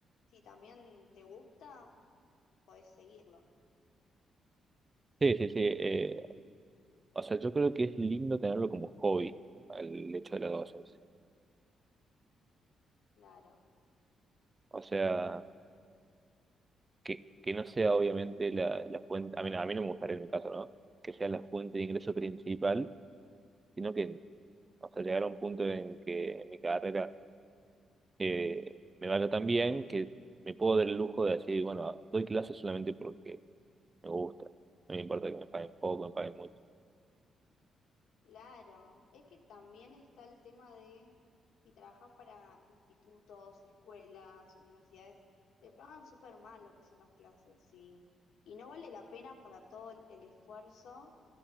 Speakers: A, on the left; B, on the right.
A: si también te gusta, podés seguirlo.
B: Sí, sí, sí. eh, o sea, yo creo que es lindo tenerlo como hobby, el hecho de las docencia.
A: Claro,
B: O sea, que, que no sea obviamente la, la fuente, a mí, no- a mí no me gustaría en mi caso, ¿no? Que sea la fuente de ingreso principal, sino que, o sea, llegar a un punto en que en mi carrera eh, me vaya tan bien que me puedo dar el lujo de decir, bueno, doy clases solamente porque me gusta. No me importa que me paguen poco, me paguen mucho.
A: claro. Es que también está el tema de... si trabajas para institutos, escuelas, universidades, te pagan súper mal lo que son las clases y, y no vale la pena para todo el, el esfuerzo